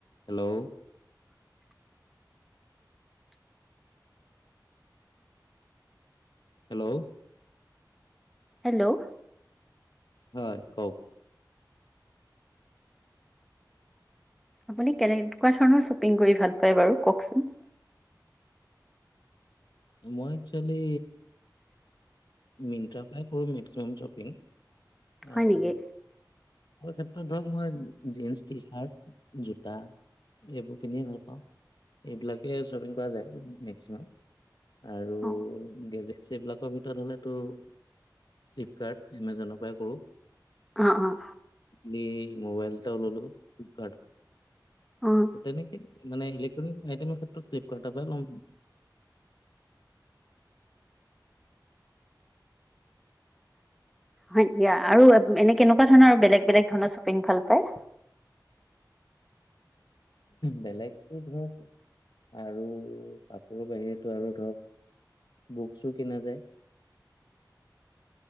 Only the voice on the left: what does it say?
hello
hello
হয় কওক
মই একচোৱালি মিন্ত্ৰা পাই কৰোঁ মেক্সিমাম শ্বপিং
আৰু
ক্ষেত্ৰত ধৰক মই জন্ টি চাৰ্ট জোতা এইবোৰ পিন্ধিয়ে ভাল পাওঁ এইবিলাকেই শ্বপিং কৰা যায় মেক্সিমাম আৰু
গেজেট সেইবিলাকৰ ভিতৰত হ'লে ফ্লিপকাৰ্ট এমজনৰ পৰাই কৰোঁ
ম মবাইলটা ললো <unintelligible>
ত তেনেকে মানে ইলেক্ট্ৰনিক আইটেমৰ ক্ষেত্ৰত ফ্লিপকাৰ্টৰ পৰা লম
বেলেগ ধৰক আৰু কাপোৰৰ বাহিৰেতো আৰু ধৰক বুকচো কিনা যায়